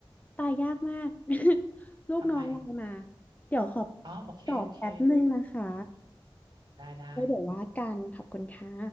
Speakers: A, on the left; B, on the right.
A: ตายยากมาก <laughs> ลูกน้องไลน์มา
B: ทำไม
A: เดี๋ยวขอ
B: อ๋อโอเคโอเค
A: ตอบแป๊บนึงนะคะ
B: ได้ได้
A: แล้วเดี๋ยวว่ากันขอบคุณค่ะ